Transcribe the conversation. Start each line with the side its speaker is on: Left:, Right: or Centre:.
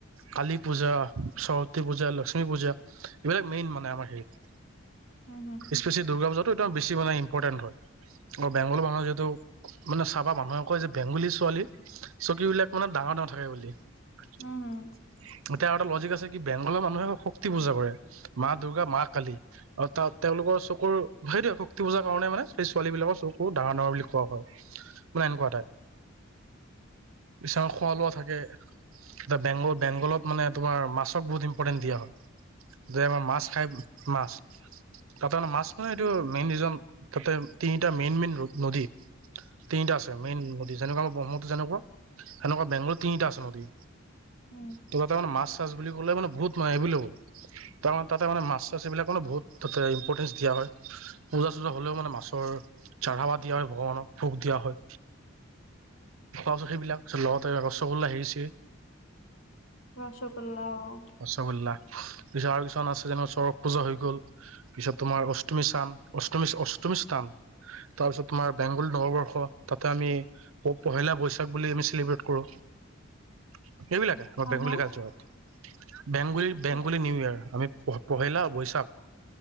Right: কালী পূজা। সৰস্বতী পূজা, লক্ষ্মী পূজা এইবিলাক মেইন মানে আমাৰ হেৰিত।
Left: উম, হুম।
Right: স্পেছি দুৰ্গা পূজাটো বেছি মানে ইম্পৰ্টেন হয় আৰু বেংলৰ মানুহ যিহেতু। মানে চাবা মানুহে কয় যে বেংগুলী ছোৱালী চকুবিলাক মানে ডাঙৰ ডাঙৰ থাকে বুলি।
Left: উম, হম।
Right: এতিয়া আৰু এটা লজিক আছে কি বেংগলৰ মানুহে শক্তি পূজা কৰে মা দূৰ্গা, মা কালী। অ', তাত তেওঁলোকৰ চকুৰ সেইটো শক্তি পূজাৰ কাৰণে মানে সেই ছোৱালীবিলাকৰ চকু ডাঙৰ ডাঙৰ বুলি কোৱা হয়।
Left: <inaudible>
Right: এ এনেকুৱা টাইপ। বিছনাত খোৱা লোৱা থাকে, বেংগল বেংগলত মানে তোমাৰ মাছক বহুত ইম্পৰ্টেন্ট দিয়া হয় যে আমাৰ মাছ খাই মাছ তামানে মাছ মানে এইটো মেইন ৰিজন তাতে তিনিটা মেইন মেইন ৰ নদী। তিনিটা আছে মেইন নদী যেনেকা আমাৰ ব্ৰহ্মপুত্ৰ যেনেকুৱা সেনেুৱা বেংগলত তিনিটা আছে নদী।
Left: উম।
Right: তাতে মানে মাছ চাছ বুলি ক'লে মানে বহুত নয় এবলেবল তাৰে তাতে মানে মাছ এইবিলাকনো বহুত তাতে ইম্পৰ্টেঞ্চ দিয়া হয় পূজা চূজা হ'লেও মানে মাছৰ চঢ়াবা দিয়া হয় ভগৱানক ভোগ দিয়া হয়। অজখিবিলাক লগৰৰ হেৰি চেৰি
Left: ৰসগোল্লা, অ'।
Right: ৰসগোল্লা পিছত আৰু কিছুমান আছে যেনে সৰক পূজা হৈ গ'ল। পিছত তোমাৰ অষ্টমী স্থান, অষ্টমী অষ্টমী স্থান। তাৰপিছত তোমাৰ বেংগল নৱবৰ্ষ তাতে আমি ত-পহিলা বৈশাখক বুলি আমি চেলিব্ৰেট কৰোঁ, এইবিলাকে আমাৰ
Left: হা
Right: বেংগলী
Left: হা
Right: কালচৰত। বেংগলী
Left: আচ্ছা
Right: বেংগলী
Left: আচ্ছা
Right: নিউ ইয়াৰ আমি পঢ়িলা বৈশাখ